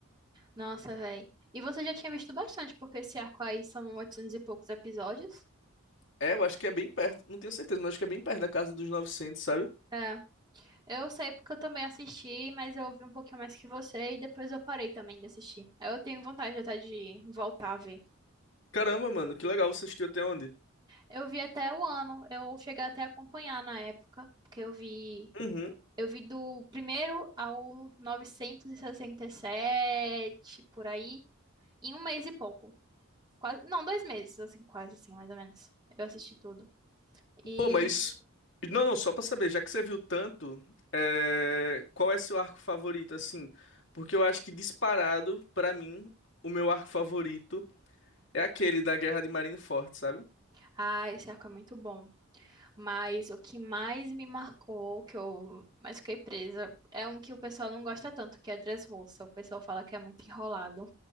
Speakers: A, on the right (about 20°); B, on the left (about 55°).
A: Nossa, véi. E você já tinha visto bastante, porque esse arco aí são 800 e poucos episódios.
B: É, eu acho que é bem perto, não tenho certeza, mas acho que é bem perto da casa dos 900, sabe?
A: É, eu sei porque eu também assisti, mas eu ouvi um pouquinho mais que você e depois eu parei também de assistir. Eu tenho vontade até de voltar a ver.
B: Caramba, mano, que legal, você assistiu até onde?
A: Eu vi até o ano, eu cheguei até a acompanhar na época, porque eu vi,
B: Uhum.
A: eu vi do primeiro ao novecentos e e sessenta e sete por aí. em um mês e pouco. Quase, não, dois meses, assim, quase assim, mais ou menos. Eu assisti tudo. E,
B: Pô, mas. Não, não, só pra saber, já que você viu tanto, é, qual é seu arco favorito, assim? Porque eu acho que disparado, pra mim, o meu arco favorito é aquele da Guerra de Marineford, sabe?
A: ah, esse arco é muito bom. Mas o que mais me marcou, que eu mais fiquei presa, é um que o pessoal não gosta tanto, que é Dressrosa. O pessoal fala que é muito enrolado.